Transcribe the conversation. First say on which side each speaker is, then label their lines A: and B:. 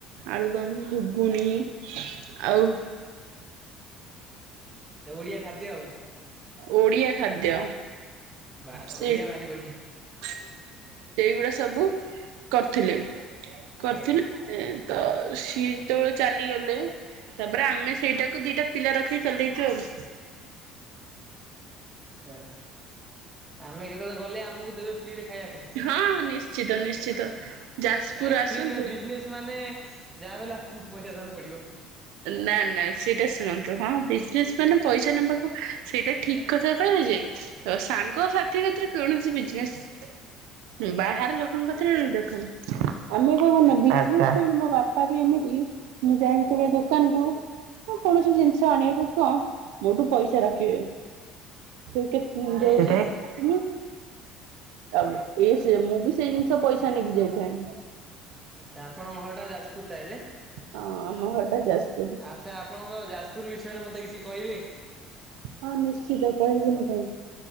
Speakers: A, on the right; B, on the right.
A: ଆଳୁଦମ ଘୁଗୁନି। ଆଉ।
B: ଅ ଓଡିଆ ଖାଦ୍ୟ ଆଉ।
A: ଓଡିଆ ଖାଦ୍ୟ।
B: ବାସ୍
A: ସେ
B: ଓଡ଼ିଆ ଭାରି ବଢ଼ିଆ
A: ସେଇଗୁଡା ସବୁ କରିଥିଲେ କରିଥିଲେ
B: ଆଜ୍ଞା।
A: ଏଁ ତ ସିଏ ଯେତେବେଳେ ଚାଲିଗଲେ ତାପରେ ଆମେ ସେଇଟାକୁ ଦିଟା ପିଲା ରଖିକି ଚଲେଇଚୁ ଆଉ।
B: ଆ ଆମେ କେତବେଳେ ଗଲେ ଆମକୁ ଦେବେ। ଫ୍ରିରେ ଖାଇବା ପାଇଁ
A: ହଁ ନିଶ୍ଚିତ ନିଶ୍ଚିତ ଯାଜପୁର
B: ନାଇଁ ମ
A: ଆସନ୍ତୁ।
B: ଫ୍ରି ନୁହେଁ ବିଜନେସ୍ ମାନେ ଯାହା ବି ହେଲେ ଆପଣଙ୍କୁ ପଇସା ଦବାକୁ ପଡ଼ିବ
A: ନା ନା ସେଟା ଶୁଣନ୍ତୁ ହଁ ବିଜନେସ୍। ମାନେ ପଇସା ନବାକୁ ସେଇଟା ଠିକ କଥା କହିଲେ ଯେ ତ ସାଙ୍ଗ ସାଥିରେ ଥିରେ କୈଣେସି ବିଜନେ ବେଶ୍ ବାହାର ଲୋକଙ୍କ କତିରେ ଦେଖନି ଆମେ କଣ କରୁନା
B: ଆଚ୍ଛା
A: ବିଜନେସ। <unintelligible> ବାପା ବି ଏମିତି ମୁଁ ଯାଇଁ ଥିବି ଦୋକାନ କୁ ମୁଁ କୌଣସି ଜିନିଷ ଆଣିବାକୁ କଁ ମୋଠୁ ପଇସା ରଖିବେ। କେ କେତେ
B: ସେଇଟା
A: ଯୋଉ
B: ହିଁ
A: ଅଁ
B: ଠିକ୍।
A: <unintelligible> କିଏ ମୁଁ ବି ସେଇ ଜିନିଷ ପଇସା ନେଇକିରି ଯାଇଥାଏ।
B: ଆଚ୍ଛା ଆପଣଙ୍କ ଘର ଟା ଯାଜପୁର ତା ହେଲେ।
A: ହଁ ଆମ ଘରଟା ଯାଜପୁର
B: ଆଚ୍ଛା ଆପଣଙ୍କ ଯାଜପୁର ବିଷୟରେ ମତେ କିଛି କହିବେ?
A: ହଁ ନିଶ୍ଚିତ କହିବିନି କାହିଁକି